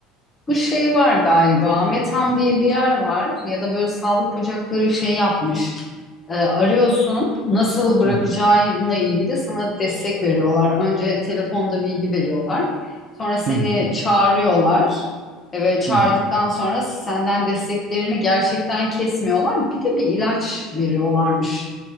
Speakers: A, on the left; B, on the right.
A: Bu şey var galiba. Metam diye bir yer var ya da böyle sağlık ocakları şey yapmış. Ee, arıyorsun nasıl bırakacağınla
B: Hı hı,
A: ilgili sana destek veriyorlar. Önce telefonda bilgi veriyorlar. Sonra seni
B: hı hı,
A: çağırıyorlar ve çağırdıktan
B: hı hı,
A: sonra senden desteklerini gerçekten kesmiyorlar. Bir de bir ilaç veriyorlarmış.